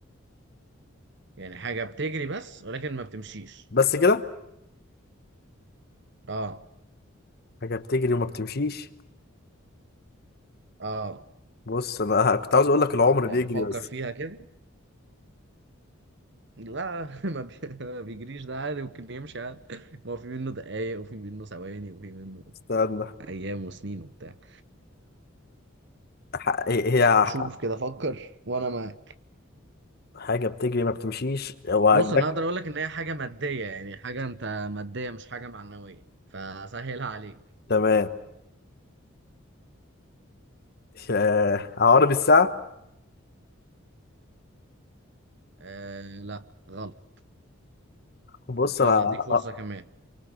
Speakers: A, on the right; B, on the left.
A: يعني حاجة بتجري بس ولكن ما بتمشيش
B: بس كده
A: اه
B: حاجة بتجري وما بتمشيش
A: اه
B: بص انا كنت عاوز اقول لك العمر بيجري
A: يعني فكر
B: بس
A: فيها كده لا <laughs> ما, بي... ما بيجريش ده عادي ممكن يمشي عادي ما هو في منه دقايق وفي منه ثواني وفي منه
B: استنى
A: ايام وسنين وبتاع
B: ح- هي هي
A: فشوف كده فكر وانا معاك
B: حاجة بتجري ما بتمشيش هو عجبك
A: بص انا اقدر اقول لك ان هي حاجه ماديه يعني حاجه انت ماديه مش حاجه معنويه فسهلها عليك
B: تمام آه، عقارب الساعة
A: آه لا غلط
B: بص
A: يلا
B: أنا
A: هديك فرصه
B: آه،
A: كمان